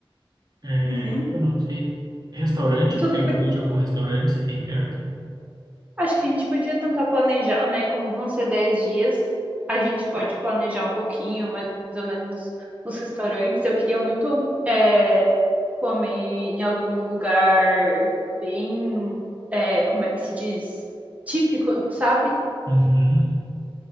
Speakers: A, on the right; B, on the right.
A: É,
B: Uhum.
A: eu não sei. Restaurante,
B: Tu
A: tu
B: lembra?
A: quer que eu veja algum restaurante se tem perto?
B: Acho que a gente podia tentar planejar, né? Como vão ser 10 dias, a gente pode planejar um pouquinho, mais ou menos, os restaurantes. Eu queria muito eh, comer em algum lugar bem, eh, como é que se diz? Típico, sabe?
A: Uhum,